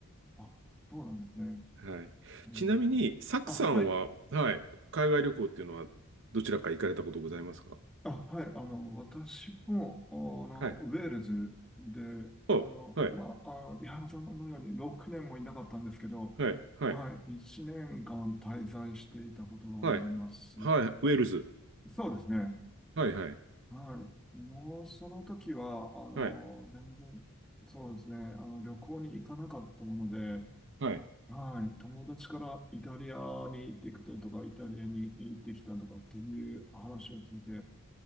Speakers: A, in the centre; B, on the right (about 55°).
A: あ、あ、そうなんですね。
B: はい。
A: えー
B: ちなみに、サクさんは、
A: あ、はい。
B: はい、海外旅行っていうのは、どちらか行かれたことございますか
A: あ、はい。あの、私も、あの、
B: はい。
A: ウェールズで、
B: お、
A: あの、
B: はい、
A: まあ、あ、井原さんのように6年もいなかったんですけど、
B: はい、はい、
A: はい。1年間滞在していたことがあります。
B: はい、はい、ウェールズ。
A: そうですね。
B: はい、はい、
A: はい。もうその時は、あの、
B: はい、
A: 全然、そうですね、あの、旅行に行かなかったもので、
B: はい。
A: はい。友達からイタリアに行ってきたとか、イタリアに行ってきたとかっていう話を聞いて、